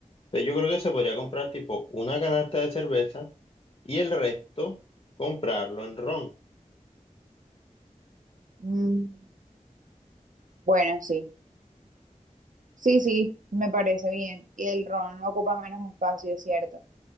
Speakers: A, on the left (about 40°); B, on the right (about 75°).
A: Entonces yo creo que se podría comprar tipo una canasta de cerveza y el resto comprarlo en ron.
B: Mm, bueno, sí, sí, sí, me parece bien. Y el ron ocupa menos espacio, es cierto.